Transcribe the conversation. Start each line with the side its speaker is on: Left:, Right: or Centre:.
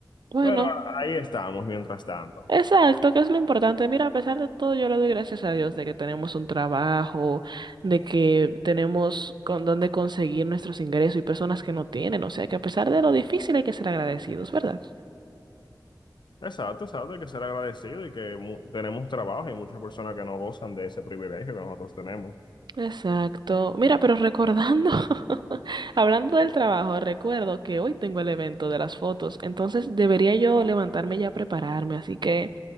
Right: Bueno,
Left: Pero a- ahí estamos mientras tanto.
Right: exacto, que es lo importante. Mira, a pesar de todo, yo le doy gracias a Dios de que tenemos un trabajo, de que tenemos con dónde conseguir nuestros ingresos y personas que no tienen. O sea que a pesar de lo difícil hay que ser agradecidos, ¿verdad?
Left: Exacto, exacto, hay que ser agradecido y que mu- tenemos trabajo y muchas personas que no gozan de ese privilegio que nosotros tenemos.
Right: Exacto. Mira, pero recordando, <laughs> hablando del trabajo, recuerdo que hoy tengo el evento de las fotos, entonces debería yo levantarme ya a prepararme, así que